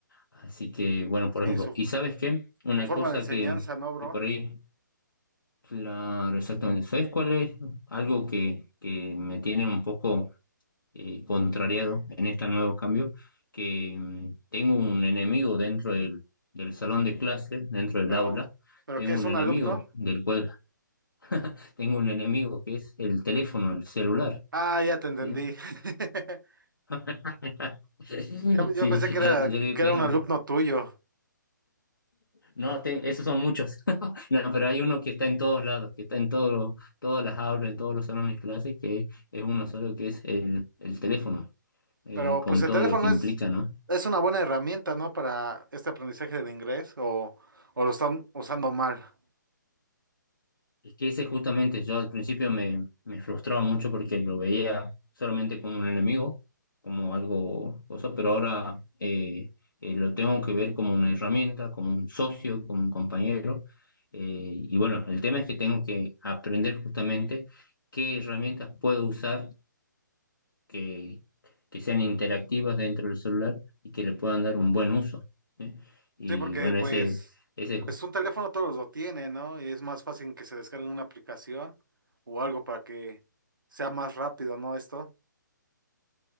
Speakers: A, on the left; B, on the right.
A: Así que bueno, por
B: sí,
A: ejemplo,
B: Sí, su,
A: ¿y sabes qué? Una
B: su forma
A: cosa
B: de enseñanza,
A: que,
B: ¿no, bro?
A: que por ahí, claro, exactamente, ¿sabes cuál es algo que, que me tiene un poco eh, contrariado en este nuevo cambio, que mm, tengo un enemigo dentro del, del salón de clases dentro del
B: Pero,
A: aula,
B: pero
A: tengo
B: ¿qué es
A: un
B: un
A: enemigo
B: alumno?
A: del cual <laughs> tengo un enemigo que es el teléfono, el celular,
B: Ah, ya te entendí.
A: ¿sí?
B: <laughs>
A: <laughs>
B: Yo, yo
A: Sí,
B: pensé que
A: yo,
B: era,
A: yo digo
B: que
A: que
B: era un alumno tuyo,
A: no, te- esos son muchos, <laughs> no, pero hay uno que está en todos lados, que está en todos todas las aulas, en todos los salones de clase, que es uno solo, que es el, el teléfono, eh,
B: pero
A: con
B: pues el
A: todo
B: teléfono
A: lo que implica,
B: es,
A: ¿no?
B: es una buena herramienta, ¿no? Para este aprendizaje de inglés o, o lo están usando mal.
A: Es que ese justamente yo al principio me, me frustraba mucho porque lo veía solamente como un enemigo, como algo cosa, pero ahora eh, eh, lo tengo que ver como una herramienta, como un socio, como un compañero. eh, y bueno, el tema es que tengo que aprender justamente qué herramientas puedo usar que, que sean interactivas dentro del celular y que le puedan dar un buen uso, ¿sí? Y
B: Sí, porque
A: bueno,
B: pues,
A: ese, ese
B: pues un teléfono todos lo tienen, ¿no? Y es más fácil que se descargue una aplicación o algo para que sea más rápido, ¿no? Esto.